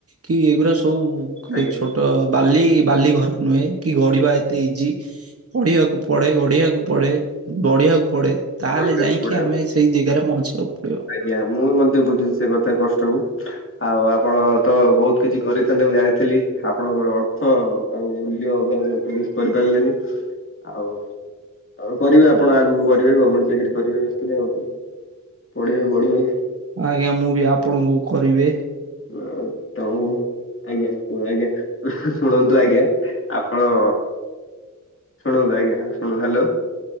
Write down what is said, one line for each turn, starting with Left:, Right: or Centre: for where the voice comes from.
Right: କି ଏଗା ସବୁ
Left: ଆଜ୍ଞା
Right: ଛୋଟ ବାଲି ବାଲି ଘର ନୁହେଁ କି ଗଡିବା ଏତେ ଇଜି ପଢିବାକୁ ପଡେ ଗଢିବାକୁ ପଡେ ବଢିବାକୁ ପଡେ ତାହେଲେ
Left: ପଢିବାକୁ
Right: ଯାଇକି
Left: ପଡିବ
Right: ଆମେ ସେଇ ଜାଗାରେ ପହଞ୍ଚିବାକୁ ପଡିବ।
Left: ଆଜ୍ଞା ମୁଁ ମଧ୍ୟ ବୁଝୁଛି ସେ କଥା କଷ୍ଟ କୁ। ଆଉ ଆପଣ ତ ବହୁତ କିଛି କରିଥାନ୍ତେ ମୁଁ ଜାଣିଥିଲି ଆପଣଙ୍କର ଅର୍ଥ ଆଉ ମୂଲ୍ୟ କରିପାରିଲେନି ଆଉ ଆଉ କରିବେ ଆପଣ ଆଗକୁ କରିବେ ଗର୍ମେଣ୍ଟ ଚାକିରି କରିବେ ବ୍ୟସ୍ତ ପାଇଁ ଆ ହଉଛି। ପଢ଼ିବ ବଢ଼ିବ
Right: ଆଜ୍ଞା ମୁଁ ବି ଆପଣଙ୍କୁ କରିବେ।
Left: ଆ ତଉ ଆଜ୍ଞାୁହ ଆଜ୍ଞା ଶୁଣନ୍ତୁ ଆଜ୍ଞା ଆପଣ ଶୁଣନ୍ତୁ ଆଜ୍ଞା ଶୁଣନ୍ତୁ ହଲୋ।